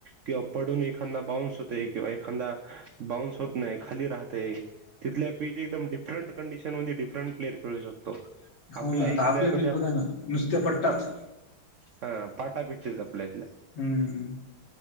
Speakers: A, on the right; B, on the left.
A: किंवा पडून एखादा बाऊन्स होतय, किंवा एखादा बाउ्स होत नाही, खाली राहतय, तिथल्या पी. एकम्दम डिफरंट कंडिशन मध्ये, डिफरंट प्लेयर खेळू शको.
B: हो
A: आपल्या
B: ना
A: इथल्या
B: आता पिच
A: कशा
B: बघा ना नुसत्या पट्टात.
A: हा पाटा पिक्चच आपल्या इथल्या
B: हम्म.